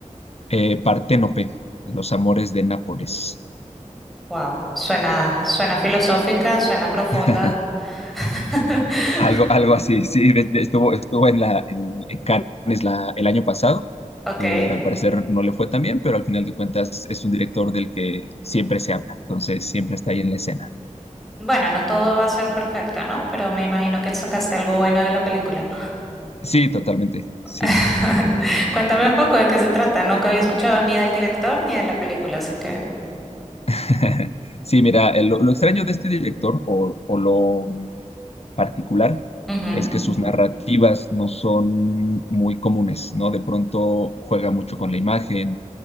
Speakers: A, on the left (about 55°); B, in the centre.
A: Eh, Parténope, Los amores de Nápoles.
B: Wow. Suena, suena filosófica, suena profunda.
A: <laughs>
B: <laughs>
A: Algo, algo así, sí, de- de- estuvo, estuvo en la, en, en Cannes la- el año pasado.
B: Ok.
A: Eh, al parecer no le fue tan bien, pero al final de cuentas es un director del que siempre se habla, entonces siempre está ahí en la escena.
B: Bueno, no todo va a ser perfecto, ¿no? Pero me imagino que sacaste algo bueno de la película.
A: Sí, totalmente,
B: <laughs>
A: sí.
B: Cuéntame un poco de qué se trata. Nunca había escuchado ni del director ni de la película, así que...
A: <laughs> Sí, mira, eh, lo, lo extraño de este director, o, o lo, particular
B: Ujú.
A: es que sus narrativas no son muy comunes, ¿no? De pronto juega mucho con la imagen,